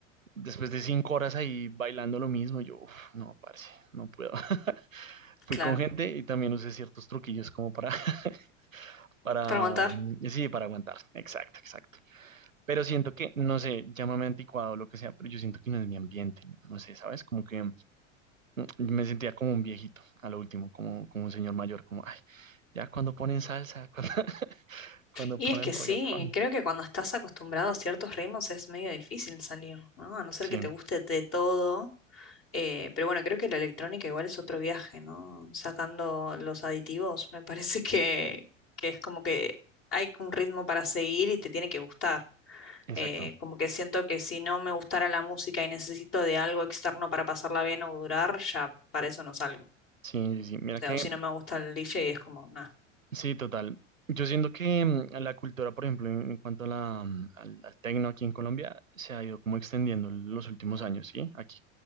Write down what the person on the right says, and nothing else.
Después de cinco horas ahí bailando lo mismo, yo, uf, no, parce, no puedo. <laughs> Fui
con gente y también usé ciertos truquillos como para, <laughs> para,
mm, sí, para aguantar. Exacto, exacto. Pero siento que, no sé, llámame anticuado o lo que sea, pero yo siento que no es mi ambiente, no sé, ¿sabes? Como que me sentía como un viejito, a lo último, como, como un señor mayor, como, ay, ya cuando ponen salsa, <laughs> cuando, cuando
ponen
reggaetón.
Sí,
exacto.
Sí, sí, sí. Mira
que,
sí, total. Yo siento que mm, la cultura, por ejemplo, en, en cuanto a la, mm, al, al tecno aquí en Colombia, se ha ido como extendiendo en los últimos años, ¿sí? Aquí,